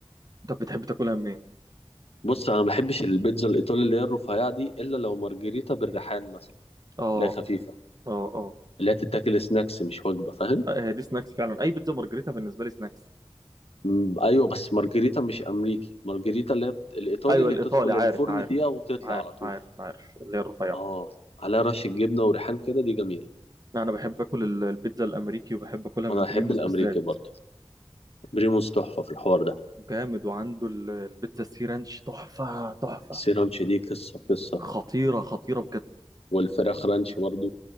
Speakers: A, on the right (about 40°); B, on the left (about 80°).
A: طب بتحب تاكلها منين
B: بص انا ما بحبش البيتزا الايطالي اللي هي الرفيعه دي الا لو مارجريتا بالريحان مثلا
A: اه
B: اللي هي خفيفه
A: اه اه
B: اللي هي تتاكل سناكس مش وجبه فاهم
A: آه، هي دي سناكس فعلا اي بيتزا مارجريتا بالنسبه لي سناكس
B: مم، ايوه بس مارجريتا مش امريكي مارجريتا اللي هي بت... الايطالي
A: ايوه
B: اللي
A: الايطالي
B: بتدخل
A: عارف
B: الفرن
A: عارف
B: دقيقه وتطلع
A: عارف
B: على طول
A: عارف عارف اللي هي الرفيعه
B: اه عليها رشه جبنه وريحان كده دي جميله
A: انا بحب اكل ال- البيتزا الامريكي وبحب اكلها
B: انا
A: من
B: احب
A: بريموس
B: الامريكي
A: بالذات
B: برضه بريموس تحفه في الحوار ده
A: جامد وعنده ال- البيتزا السي رانش تحفه تحفه
B: السيرانش دي قصه قصه
A: خطيره خطيره بجد
B: والفراخ رانش برضه